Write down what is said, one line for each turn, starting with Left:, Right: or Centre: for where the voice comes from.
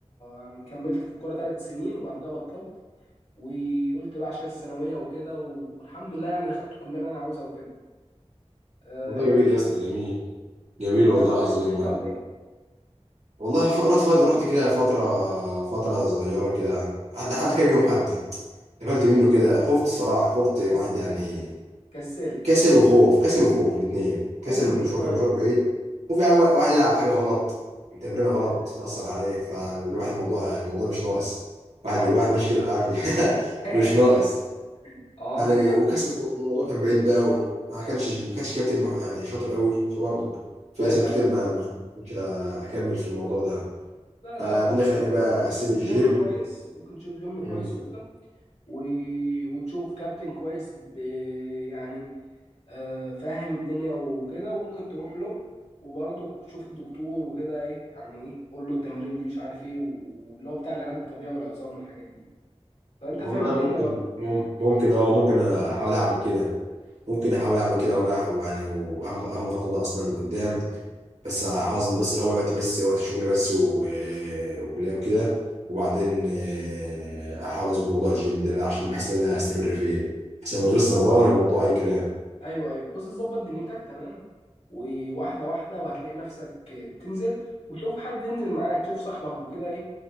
Left: يعني كملت في الكوره ثلاث سنين وبعد كده بطلت وقلت بقى عشان الثانويه وكده والحمد لله يعني دخلت الكليه اللي انا عاوزها وكده أه
Right: والله
Left: انت
Right: جميل
Left: بتحب
Right: يا اسطى جميل جميل
Left: انت
Right: والله
Left: ما بتروحش
Right: العظيم
Left: جيم
Right: يعني
Left: ولا ايه؟
Right: والله ف- رحت فت- رحت كده فترة فترة صغيرة كده حتى حتى كام يوم حتى قفلت منه كده خفت الصراحة خفت واحد
Left: كسل
Right: يعني
Left: كسلت
Right: كسل وخوف كسل وخوف الاثنين
Left: خوف
Right: كسل
Left: من
Right: المشوار
Left: ايه طيب
Right: كان مشوار بعيد وفي أول- واحد يلعب حاجة غلط تمرينة غلط
Left: آه.
Right: تتأثر عليه فالواحد الموضوع الموضوع مش ناقص واحد
Left: عندك
Right: الواحد ماشي كده بالعافية <laughs>
Left: <laughs>
Right: مش ناقص
Left: اه عندك
Right: يعني
Left: حق
Right: وكاس الم- الموضوع كان بعيد بقى قوي ما كانش ما كانش كابتن مح- يعني شاطر قوي فبرضه في
Left: ايوه
Right: اسباب
Left: ايوه
Right: كتير
Left: فاهم
Right: ما ما كنتش اكمل في الموضوع ده
Left: لا
Right: فدي
Left: لا عموما
Right: اللي خلاني
Left: ممكن
Right: بقى اسيب
Left: تشوف
Right: الجيم
Left: جيم كويس ممكن تشوف جيم
Right: مم.
Left: كويس وكده و... وتشوف كابتن كويس ب... يعني آه فاهم الدنيا وكده وممكن تروح له وبرضه تشوف الدكتور وكده ايه يعني ايه قول له التمارين دي مش عارف ايه واللي هو بتاع العلاج الطبيعي والعظام والحاجات دي فانت
Right: والله
Left: فاهم الدنيا
Right: ممكن
Left: برضه
Right: مم- ممكن اه ممكن احاول اعمل كده ممكن احاول اعمل كده وراح ويعني واخد اخد الخطوه ده اصلا قدام بس هظبط بس اول وقت بس وقت شغل بس و- وكليه وكده وبعدين آه، احاول اظبط موضوع الجيم ده بقى عشان بحس ان انا استمر فيه عشان
Left: بص
Right: من غير استمرار
Left: ظبط
Right: الموضوع اي كلام
Left: ايوه ايوه بص ظبط دنيتك تمام وواحده واحده وهتلاقي نفسك بتنزل وتشوف حد ينزل معاك تشوف صاحبك وكده ايه